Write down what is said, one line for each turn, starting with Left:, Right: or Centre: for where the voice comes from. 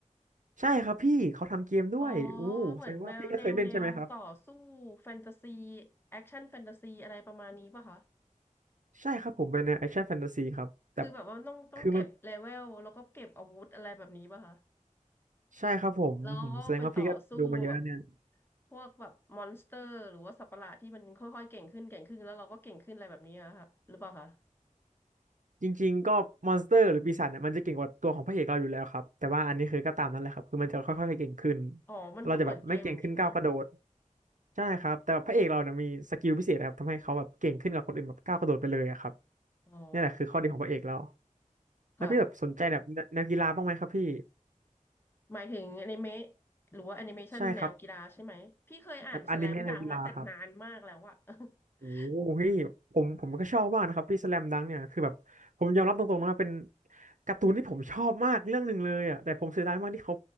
Right: ใช่ครับพี่เขาทำเกมด้วยอู้แสดงว่าพี่ก็เคยเล่นใช่ไหมครับ
Left: อ๋อเหมือนแนวแนวแนวต่อสู้แฟนตาซีแอคชั่นแฟนตาซีอะไรประมาณนี้ป่ะคะ
Right: ใช่ครับผมเป็นแนวแอคชั่นแฟนตาซีครับแต่
Left: คือแบบว่าต้องต้องเก็บเลเวลแล้วก็เก็บอาวุธอะไรแบบนี้ป่ะคะ
Right: คือมัน ใช่ครับผมอมแสดงว่าพี่ก็ดูมาเยอะเนี่ย
Left: แล้วก็ไปต่อสู้แบบพวกแบบมอนสเตอร์หรือว่าสัตว์ประหลาดที่มันค่อยๆเก่งขึ้นเก่งขึ้นแล้วเราก็เก่งขึ้นอะไรแบบนี้อะค่ะหรือเปล่าคะ
Right: จริงๆก็มอนสเตอร์หรือปีศาจเนี่ยมันจะเก่งกว่าตัวของพระเอกเราอยู่แล้วครับแต่ว่าอันนี้คือก็ตามนั้นแหละครับคือมันจะค่อยๆเก่งขึ้น
Left: อ๋อมันก็เหมือนเกมเหมือนกันเนาะ
Right: เราจะแบบไม่เก่งขึ้นก้าวกระโดดใช่ครับแต่ว่าพระเอกเราเนี่ยมีสกิลพิเศษครับทำให้เขาแบบเก่งขึ้นกว่าคนอื่นแบบก้าวกระโดดไปเลยอะครับ
Left: อ๋อ
Right: นี่แหละคือข้อดีของพระเอกเราแล้วพี่แบบสนใจแบบแนแนวกีฬาบ้างไหมครับพี่
Left: ค่ะหมายถึงอนิเมะหรือว่าแอนิเมชันแนวกีฬาใช่ไหมพี่เคยอ่านสแลมดังนะแต่นานมากแล้วอะ
Right: ใช่ครับแบบอนิเมะแนวกีฬาครับ
Left: <laughs>
Right: โอ้พี่ผมผมก็ชอบมากนะครับพี่สแลมดังเนี่ยคือแบบผมยอมรับตรงๆนะเป็นการ์ตูนที่ผมชอบมากเรื่องหนึ่งเลยอ่ะแต่ผมเสียดายมากที่เขา